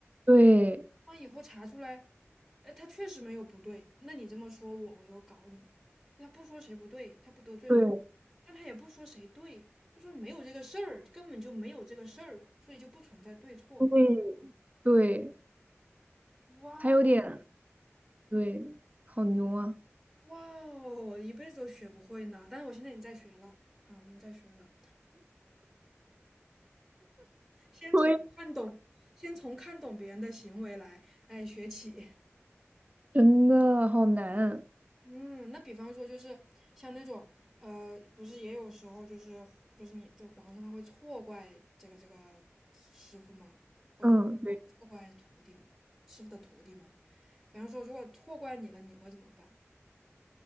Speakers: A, on the right; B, in the centre.
A: 对
B: 万一以后查出来，哎，他确实没有不对，那你这么说我，我又搞你。他不说谁不对，他不得罪人，
A: 对
B: 但他也不说谁对，就说没有这个事儿，根本就没有这个事儿，所以就不存在对错。
A: 对对，
B: 哇
A: 他有点对，好牛啊！
B: 哇哦，一辈子都学不会呢。但是我现在已经在学了啊，我已经在学了，先从看懂，
A: 对，
B: 先从看懂别人的行为来，哎，学起。
A: 真的好难。
B: 嗯，那比方说就是像那种呃，不是也有时候就是就是你这皇上他会错怪这个这个师傅嘛，或者
A: 嗯，对。
B: 错怪徒弟嘛师傅的徒弟嘛。比方说，如果错怪你了，你会怎么办？